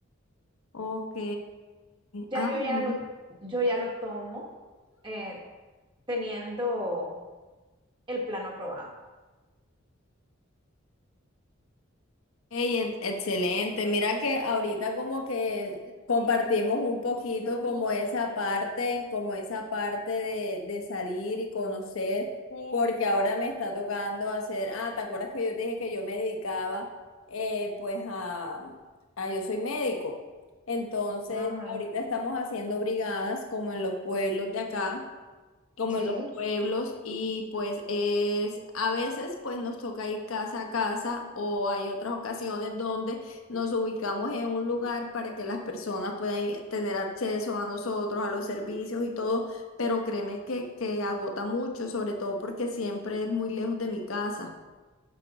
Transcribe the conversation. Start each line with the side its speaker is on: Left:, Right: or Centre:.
Left: Ok.
Right: Ya
Left: Ah,
Right: yo
Left: bueno.
Right: ya lo, yo ya lo tomo eh, teniendo el plano aprobado.
Left: Ey, ex- excelente. Mira que ahorita como que compartimos un poquito como esa parte, como esa parte de, de salir y conocer, porque ahora me está tocando hacer, ah, ¿te acuerdas que yo te dije que yo me dedicaba eh, pues a, a, yo soy médico. Entonces,
Right: Ah,
Left: ahorita estamos haciendo brigadas como en los pueblos de acá como
Right: sí.
Left: en los pueblos y pues es a veces pues nos toca ir casa a casa o hay otras ocasiones donde nos ubicamos en un lugar para que las personas puedan ir- tener acceso a nosotros, a los servicios y todo, pero créeme que, que agota mucho, sobre todo porque siempre es muy lejos de mi casa.